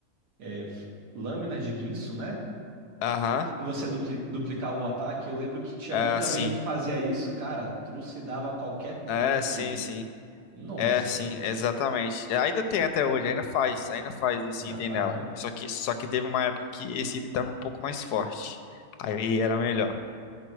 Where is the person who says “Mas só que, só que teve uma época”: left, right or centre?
Left